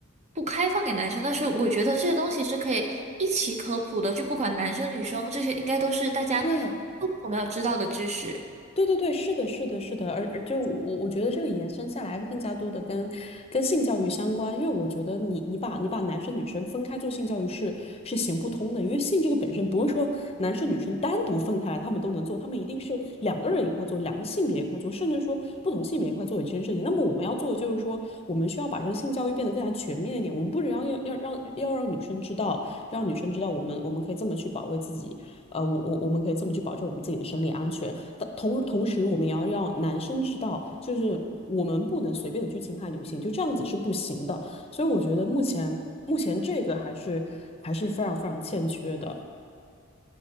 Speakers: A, on the right (about 35°); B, on the left (about 30°).
A: 不开放给男生。但是我觉得这些东西是可以一起科普的，就不管男生女生，这些应该都是大家
B: 对，
A: 共同要知道的知识。
B: 对对对，是的，是的，是的，而而就我我觉得这个延伸下来会更加多的跟跟性教育相关，因为我觉得你你把你把男生女生分开做性教育是是行不通的，因为性这个本身不是说男生女生单独分开来他们都能做，他们一定是两个人一块做，两个性别一块做，甚至说不同性别一块做一件事情。那么我们要做的就是说，我们需要把这个性教育变得更加全面一点，我们不只要要要让要让女生知道，让女生知道我们我们可以这么去保卫自己，呃，我我我们可以这么去保证我们自己的生理安全。但同同时，我们也要让男生知道，就是我们不能随便的去侵害女性，就这样子是不行的。所以我觉得目前目前这个还是还是非常非常欠缺的。